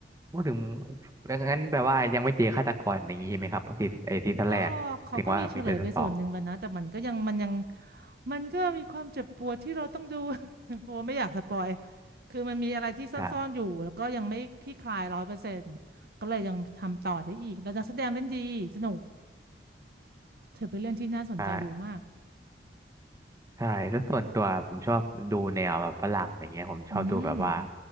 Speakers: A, on the right; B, on the right.
A: พูดถึงงั้นแปลว่ายังไม่เจอฆาตกรอย่างนี้ใช่ไหมครับซีไอซีซั่นแรกถึงว่ามีซีซั่นสอง
B: ก็เขาก็มีเฉลยไปส่วนหนึ่งแล้วนะแต่มันก็ยังมันยังมันก็มีความเจ็บปวดที่เราต้องดู <laughs> เพราะว่าไม่อยากสปอยคือมันมีอะไรที่ซ่อนๆอยู่แล้วก็ยังไม่คลี่คลายร้อยเปอร์เซ็นต์ก็เลยยังทำต่อได้อีกแล้วนักแสดงเล่นดีสนุก
A: ครับ
B: เธอเป็นเรื่องที่น่าสนใจดูมาก
A: ใช่ ใช่แล้วส่วนตัวผมชอบดูแนวแบบฝรั่งอะไรเงี้ยผมชอบดูแบบว่า
B: อืม